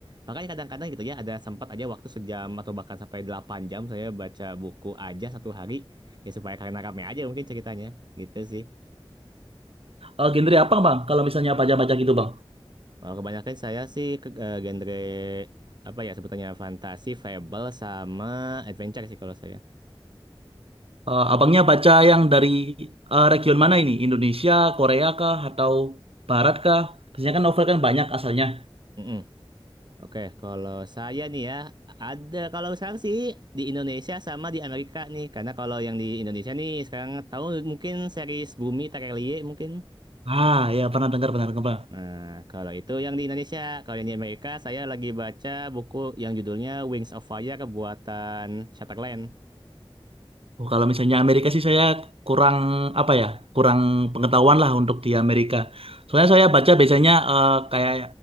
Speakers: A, on the right (about 50°); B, on the right (about 70°).
A: makanya kadang-kadang gitu ya ada sempat aja waktu sejam atau bahkan sampai 8 jam saya baca buku aja satu hari ya supaya karena rame aja mungkin ceritanya gitu sih.
B: Eh, genre apa bang? Kalau misalnya baca-baca gitu bang?
A: Kalau kebanyakan saya sih ke eh, genre apa ya sebutannya fantasi, fable sama adventure sih kalau saya.
B: Eh, abangnya baca yang dari eh, region mana ini? Indonesia, Korea kah? Atau Barat kah? Biasanya kan novel kan banyak asalnya.
A: Mm-mm. Oke, kalau saya nih ya ada kalau sekarang sih di Indonesia sama di Amerika nih karena kalau yang di Indonesia nih sekarang tahu mungkin series Bumi Terelie mungkin.
B: Ah ya pernah dengar pernah dengar.
A: Nah, kalau itu yang di Indonesia, kalau yang di Amerika saya lagi baca buku yang judulnya Wings of Fire buatan Shatterland.
B: Oh, kalau misalnya Amerika sih saya kurang apa ya, kurang pengetahuan lah untuk di Amerika. Soalnya saya baca biasanya eh, kayak